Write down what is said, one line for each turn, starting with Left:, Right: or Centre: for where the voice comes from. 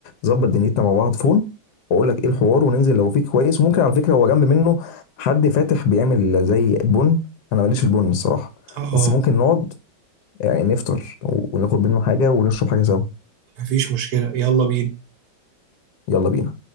Left: ظبط دنيتنا مع بعض فون واقول لك ايه الحوار وننزل لو فيك كويس وممكن على فكره هو جنب منه حد فاتح بيعمل زي بن انا ماليش في البن الصراحه
Right: اه
Left: بس ممكن نقعد يعني نفطر وناخد منه حاجه ونشرب حاجه سوا
Right: مفيش مشكلة يلا بينا
Left: يلا بينا